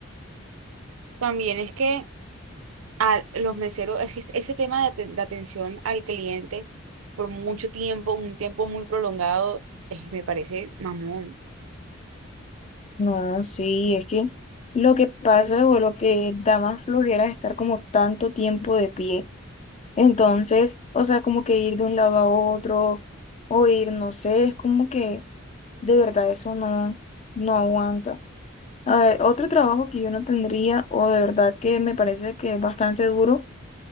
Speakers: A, on the right; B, on the left.
A: También es que a los meseros, es que es- ese tema de, aten- de atención al cliente por mucho tiempo, un tiempo muy prolongado, es- me parece mamón.
B: No, sí, es que lo que pasa o lo que da más flojera es estar como tanto tiempo de pie. Entonces, o sea, como que ir de un lado a otro o ir, no sé, es como que de verdad eso no, no aguanta. A ver, otro trabajo que yo no tendría o de verdad que me parece que es bastante duro,